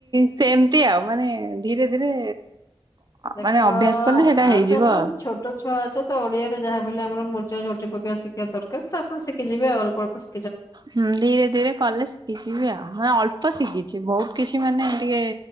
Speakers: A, on the right; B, on the left.
A: ସେମତି ଆଉ ମାନେ ଧୀରେ ଧୀରେ
B: ଦେଖ
A: ମାନେ ଅଭ୍ୟାସ କଲେ ସେଇଟା ହେଇଯିବ
B: ଆଛା ଆପଣ
A: ଆଉ।
B: ଛୋଟ ଛୁଆ ଆଚ ତ ଓଡିଆରେ ଯାହାଲେ ଆମର ମୂରୁଜ ଝୋଟି ପକେଇବା ଶିଖିବା ଦରକାର ଆପଣ ଶିଖୀ ଯିବେ ଅଳ୍ପ ଅଳ୍ପ ସି
A: ହୁଁ ଧୀରେ ଧୀରେ କଲେ ଶିଖିଯିବି ଆଉ ମାନେ ଅଳ୍ପ ଅଳ୍ପ ଶିଖିଚି ବୋହୁତ କିଛି ମାନେ ଟିକେ